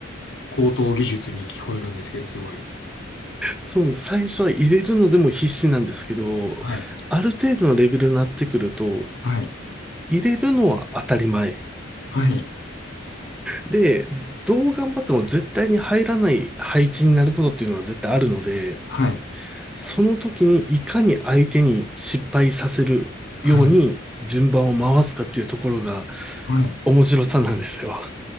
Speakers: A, on the left; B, in the centre.
A: 高等技術に聞こえるんですけど、すごい。
B: そう、最初は入れるのでも必死なんですけど、
A: はい。
B: ある程度のレベルになってくると、
A: はい。
B: 入れるのは当たり前。
A: はい。
B: で、どう頑張っても絶対に入らない配置になることっていうのは絶対あるので、
A: はい。
B: その時にいかに相手に失敗させるように順番を回すかっていうところが
A: はい。はい。
B: 面白さなんですよ。